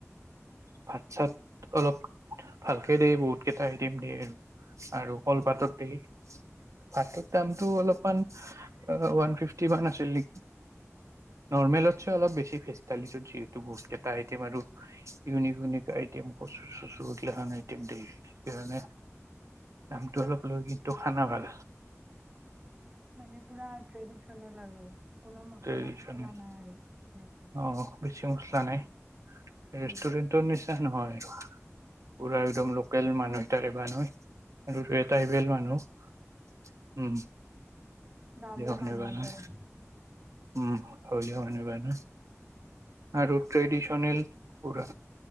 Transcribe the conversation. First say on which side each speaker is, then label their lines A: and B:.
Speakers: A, on the right; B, on the right.
A: ভাত চাত অলপ ভালকে দিয়ে বহুত কেইটা আইতেম দিয়ে আৰু কলপাতত দেই পাটত দামটো অলপমান ওৱান ফিফটি মান আছিল নেকি নৰ্মেলতছে অলপ বেছি ভেজ থালিত যিহেতু বহুত কেইটা আইটেম আৰু, ইউনিক ইউনিক আইটেম কচুৰ চচুৰ এইগিলাখান আইটেম দেই সেইকাৰণে। দামটো অলপ লয় কিন্তু খানা ভাল।
B: মানে পোৰা ট্ৰেডিচনেল আৰু। কোনো মচলা
A: ট্ৰেডিচনেল
B: চচলা নাই আৰু এনেকে
A: অ বেছি মছলা নাই
B: উম
A: ৰেষ্টুৰেণ্টৰ নিচিনা নহয় পোৰা একদম লোকেল মানুহ <unintelligible> আৰু টাইবেল মানুহ। উম।
B: গাঁৱলীয়া
A: মানুহ
B: মানুহৰ
A: বানাই
B: দৰে।
A: উম <unintelligible> আৰু ট্ৰেডিশনেল। পোৰা